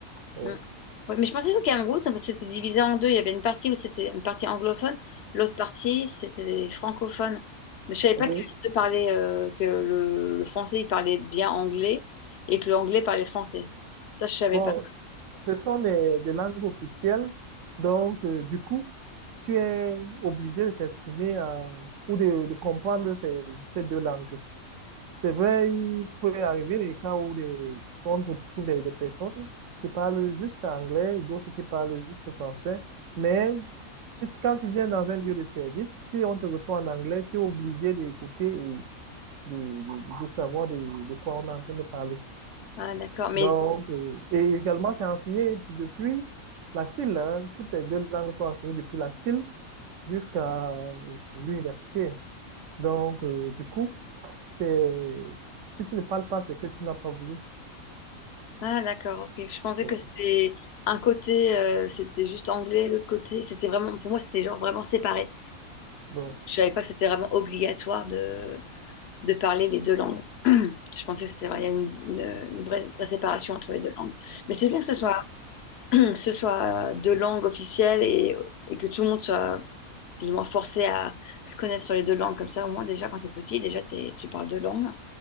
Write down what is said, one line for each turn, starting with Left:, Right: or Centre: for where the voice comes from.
Right: ouais,
Left: Mm. Ouais, mais je pensais qu'au Cameroun, donc, c'était divisé en deux. Il y avait une partie où c'était une partie anglophone, l'autre partie, c'était des francophones. Je savais pas
Right: ouais.
Left: que les deux parlaient, euh, que le, le français, il parlait bien anglais et que le anglais parlait français. Ça, je savais
Right: Bon,
Left: pas.
Right: ce sont des, des langues officielles, donc euh, du coup, tu es obligé de t'exprimer euh, ou de, de comprendre ces, ces deux langues. C'est vrai, il peut arriver des cas où des, on retrouve des, des personnes qui parlent juste anglais, d'autres qui parlent juste français, mais si tu- quand tu viens dans un lieu de service, si on te reçoit en anglais, tu es obligé d'écouter et de, de, de savoir de, de quoi on est en train de parler.
Left: Ah, d'accord. Mais...
Right: Donc, euh, et également, c'est enseigné depuis la CIL. hein. Toutes les deux langues sont enseignées depuis la CIL jusqu'à l'université. Donc, euh, du coup, c'est si tu ne parles pas, c'est que tu n'as pas voulu.
Left: Ah, d'accord, ok. Je pensais
Right: Ouais.
Left: que c'était un côté, euh, c'était juste anglais, l'autre côté, c'était vraiment, pour moi, c'était genre vraiment séparé.
Right: Donc,
Left: Je savais pas que c'était vraiment obligatoire de, de parler les deux langues. Je pensais que c'était vrai, il y a une, une- une vraie, vraie séparation entre les deux langues. Mais c'est bien que ce soit, <clears throat> que ce soit deux langues officielles et, et que tout le monde soit plus ou moins forcé à se connaître les deux langues. Comme ça, au moins, déjà, quand tu es petit, déjà, t'es- tu parles deux langues.